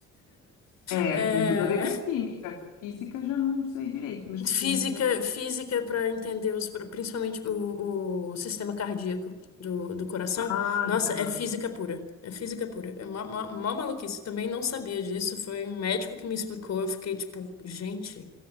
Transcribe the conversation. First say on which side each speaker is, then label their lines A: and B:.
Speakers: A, on the left; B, on the left.
A: É,
B: É,
A: tem tudo a ver com química. Física já não sei direito, mas
B: Física,
A: química.
B: física para entender os, principalmente o, o sistema cardíaco do, do coração.
A: Ah,
B: Nossa,
A: tá.
B: é física pura. É física pura. É mó, mó, mó maluquice. Também não sabia disso. Foi um médico que me explicou. Eu fiquei tipo, gente,